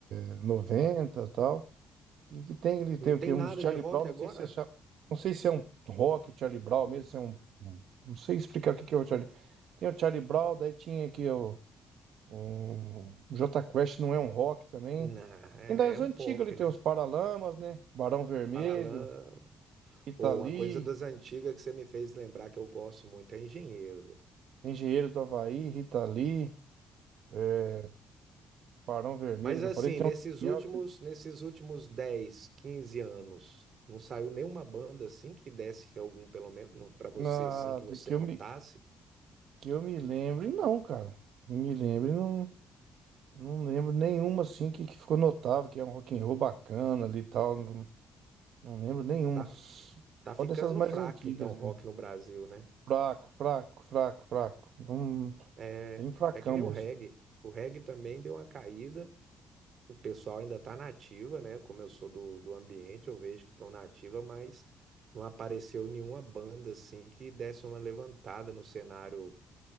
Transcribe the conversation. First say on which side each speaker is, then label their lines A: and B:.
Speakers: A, on the right; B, on the right.
A: é, 90 e tal. Que, que tem, ele tem
B: Não
A: o
B: tem
A: quê? Uns
B: nada
A: Charlie
B: de rock
A: Brown, não
B: agora?
A: sei se é, cha- não sei se é um rock, o Charlie Brown mesmo, se é um. um- Não sei explicar o que que é o Charlie. Tem o Charlie Brown, daí tinha aqui o. Um, o Jota Quest não é um rock também.
B: Não, é
A: E das
B: é
A: antigas
B: um pop,
A: ali tem
B: né?
A: os Paralamas, né? Barão Vermelho.
B: Paralama.
A: Rita
B: Ou
A: Lee,
B: uma coisa das antigas que você me fez lembrar que eu gosto muito é Engenheiro.
A: Engenheiros do Havaí, Rita Lee, é, Barão Vermelho,
B: Mas
A: que
B: assim,
A: eu falei, tem
B: nesses
A: um
B: últimos,
A: caminhão que,
B: nesses últimos 10, 15 anos, não saiu nenhuma banda assim que desse algum, pelo menos pra você
A: na,
B: assim que você
A: que,
B: notasse.
A: eu me, que eu me lembre, não, cara. Me lembre, não, não lembro nenhuma assim que, que ficou notável, que é um rock and roll bacana ali e tal. Não, não lembro nenhuma.
B: Tá,
A: Só
B: tá ficando
A: dessas mais
B: fraco
A: antigas
B: então o
A: mesmo.
B: rock no Brasil, né?
A: Fraco, fraco, fraco, fraco. Hum,
B: É,
A: bem fracão
B: é que nem
A: mesmo.
B: o reggae. O reggae também deu uma caída. O pessoal ainda está na ativa, né? Como eu sou do, do ambiente, eu vejo que estão na ativa, mas não apareceu nenhuma banda assim que desse uma levantada no cenário